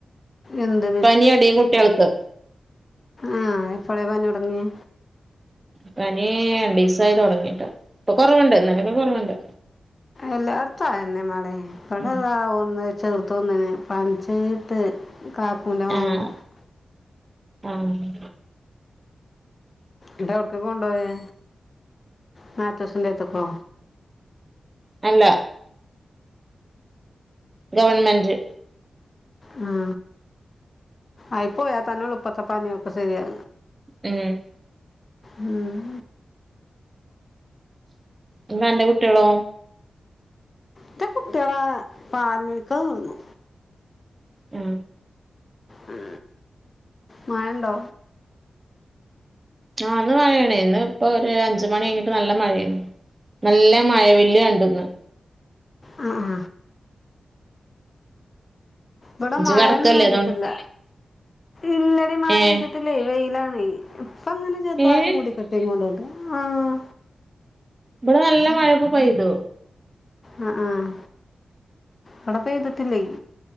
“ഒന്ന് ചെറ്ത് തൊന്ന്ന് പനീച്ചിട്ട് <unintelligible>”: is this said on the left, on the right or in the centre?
Left